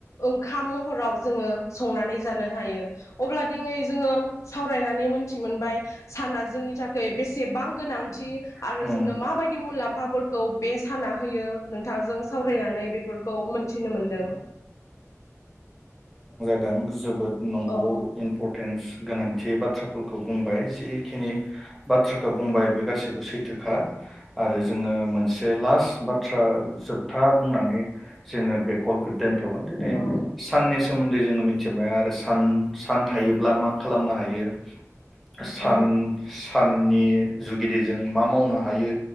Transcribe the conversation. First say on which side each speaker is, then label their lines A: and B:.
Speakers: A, on the left; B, in the centre.
A: ओंखाम महराव जोङो संनानै जानो हायो अब्ला दिनै जोङो सावरायनानै मोनथि मोनबाय साना जोंनि थाखाय बेसेबां गोनांथि आरो
B: मोनथिमोनबाय
A: जोंनो माबायदि मुलाम्फाफोरखौ बे साना होयो नोंथांजों सावरायनानै बेफोरखौ मोनथिनो मोनदों
B: ओं जोबोद नंगौ
A: औ
B: इम्परटेन्स गोनांथि बाथ्राफोरखौ बुंबाय। जिखिनि बाथ्राखौ बुंबाय बे गासैबो सैथोखा। आरो जोङो मोनसे लास्ट बाथ्रा जोबथा। बुंनानै। जोङो बे कलखौ दोनथ'गोन दिनै
A: ओ
B: साननि सोमोन्दै जोङो। मिथिमाया आरो सान सान थायोब्ला मा खालामनो हायो। सान
A: औ
B: साननि जुगिदिजों मा मावनो हायो।